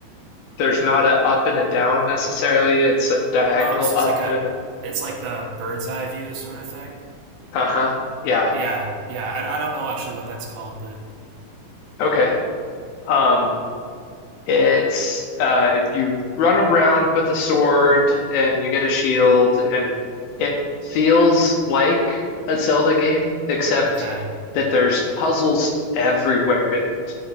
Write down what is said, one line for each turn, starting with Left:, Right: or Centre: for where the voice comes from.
Left: there's not a up and a down necessarily. It's a diagonal
Right: Oh, so it's
Left: up
Right: like a,
Left: and a,
Right: it's like the bird's eye view sort of thing.
Left: uh-huh. Yeah.
Right: Yeah. Yeah. I, I don't know actually what that's called, but
Left: Okay. Um, It's uh, you run around with a sword and you get a shield, and it feels like a Zelda game, except
Right: okay.
Left: that there's puzzles everywhere in it.